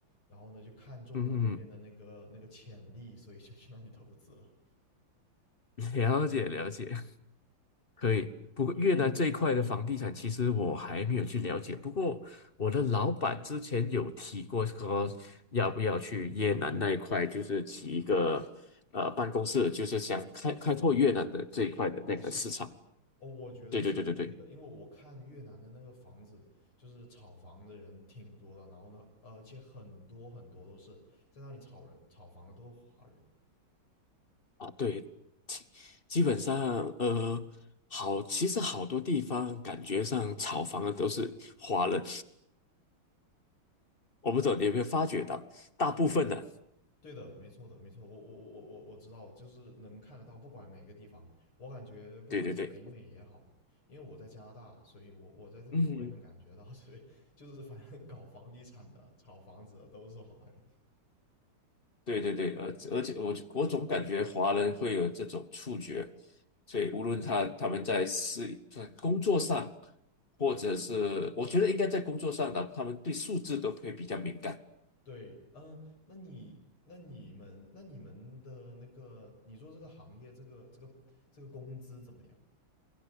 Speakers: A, on the left (about 85°); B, on the left (about 35°).
A: 然后呢，就看中了那边的那个那个潜力，
B: 嗯哼，
A: 所以就去那里投资了。
B: 了解了解。可以，不过越南这一块的房地产，其实我还没有去了解。不过我的老板之前有提过，说要不要去越南那一块，就是起一个呃办公室，就是想开开拓越南的这一块的那个市场。
A: 哦，市场，哦，我觉得是可以的，
B: 对对对对对，
A: 因为我看越南的那个房子，就是炒房的人挺多的，然后呢，而且很多很多都是在那里炒人炒房的都是华人。
B: 啊对，基基本上呃好，其实好多地方感觉上炒房的都是华人，我不懂你有没有发觉到，大部分呢、
A: 对。对的，没错的，没错，我我我我我我知道，就是能看得到，不管哪个地方，我感觉不管是北美也好，
B: 对对对，
A: 因为我在加拿大，所以我我在这边我也能感觉到这边就是反正搞房地产的、
B: 嗯。
A: 炒房子的都是华人。
B: 对对对，而而且我我总感觉华人会有这种触觉，所以无论他他们在私在工作上，或者是我觉得应该在工作上的，他们对数字都会比较敏感。
A: 对，嗯，那你那你们那你们的那个，你做这个行业，这个这个这个工资怎么样？